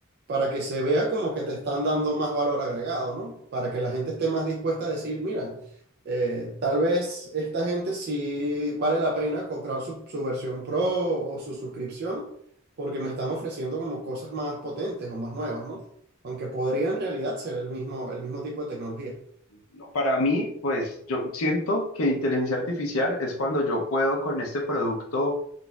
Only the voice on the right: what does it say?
para que se vea como que te están dando más valor agregado, ¿no? Para que la gente esté más dispuesta a decir, mira, eh, tal vez esta gente sí vale la pena comprar su, su versión pro o su suscripción porque me están ofreciendo como cosas más potentes o más nuevas, ¿no? Aunque podría en realidad ser el mismo, el mismo tipo de tecnología.